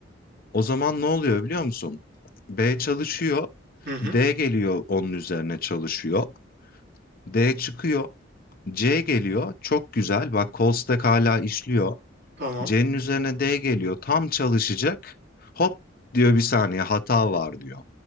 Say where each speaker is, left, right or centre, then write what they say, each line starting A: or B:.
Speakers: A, on the left; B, on the right.
A: O zaman ne oluyor biliyor musun? B çalışıyor,
B: Hı hı.
A: D geliyor onun üzerine çalışıyor, D çıkıyor, C geliyor, çok güzel bak call stack hala işliyor.
B: Tamam.
A: C'nin üzerine D geliyor. Tam çalışacak. Hop diyor bir saniye hata var diyor.